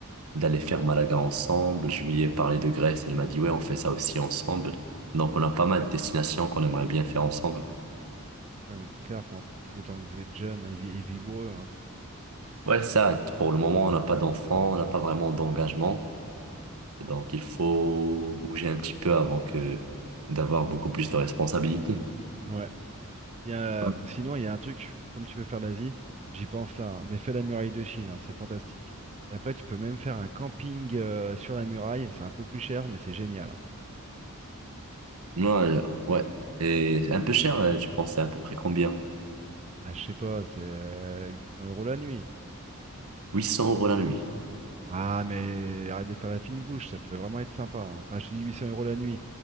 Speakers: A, on the right; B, on the right.
A: d'aller faire Malaga ensemble. Je lui ai parlé de Grèce, elle m'a dit, ouais, on fait ça aussi ensemble. Donc, on a pas mal de destinations qu'on aimerait bien faire ensemble.
B: Ouais, mais c'est clair, faut en profiter tant que vous êtes jeune hein, et, vi- et vigoureux. hein.
A: Ouais, ça, pour le moment, on n'a pas d'enfant, on n'a pas vraiment d'engagement. Et Donc, il faut bouger un petit peu avant que d'avoir beaucoup plus de responsabilités.
B: Ouais. Il y a-
A: Ouais.
B: sinon, il y a un truc, comme tu veux faire l'Asie, j'y pense là, hein, mais fais la muraille de Chine, hein, c'est fantastique. Et après, tu peux même faire un camping euh, sur la muraille, c'est un peu plus cher, mais c'est génial. hein.
A: Non, euh, ouais. Et c'est un peu cher, euh, tu pensais à peu près combien?
B: Ah, je sais pas, c'est euh, 800 euros la nuit.
A: huit cents euros la nuit.
B: Ah, mais arrête de faire la fine bouche, ça peut vraiment être sympa. hein. Enfin, je te dis 800 euros la nuit.